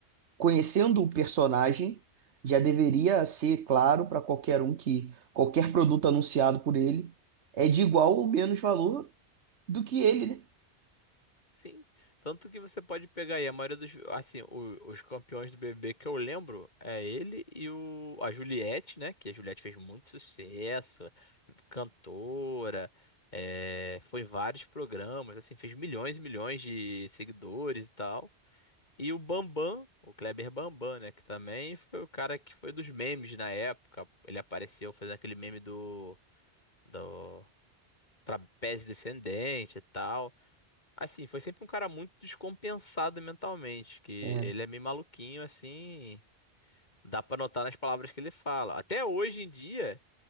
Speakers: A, on the right (about 85°); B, on the left (about 40°).
A: conhecendo o personagem, já deveria ser claro para qualquer um que qualquer produto anunciado por ele é de igual ou menos valor do que ele, né?
B: Sim, tanto que você pode pegar aí a maioria dos, assim, o- os campeões do BBB que eu lembro é ele e o, a Juliette, né? Que a Juliette fez muito sucesso, cantora, é, foi em vários programas, assim, fez milhões e milhões de seguidores e tal. E o Bambam, o Kleber Bambam, né? Que também foi o cara que foi dos memes na época. Ele apareceu fazendo aquele meme do, do trapézio descendente e tal. Assim, foi sempre um cara muito descompensado mentalmente, que
A: É,
B: ele é meio maluquinho, assim, dá pra notar nas palavras que ele fala. Até hoje em dia,